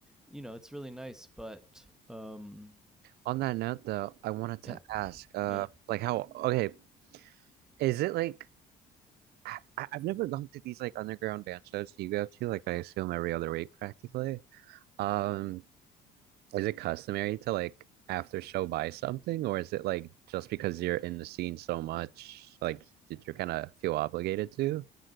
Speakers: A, in the centre; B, on the right (about 70°).
A: you know, it's really nice, but um
B: On that note, though, I wanted
A: yeah,
B: to ask, uh,
A: yeah.
B: like, how, okay, is it like, I, I- I've never gone to these like underground band shows you go to, like, I assume every other week practically. Um, Is it customary to like after show buy something, or is it like just because you're in the scene so much, like you're kind of feel obligated to?